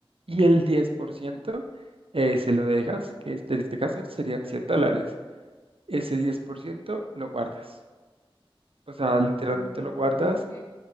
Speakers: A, on the right; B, on the left.
A: Y el 10% eh, se lo dejas, que es- en este caso serían 100 dólares. Ese 10% lo guardas. O sea, literalmente
B: Mm,
A: lo
B: Ok,
A: guardas
B: ok.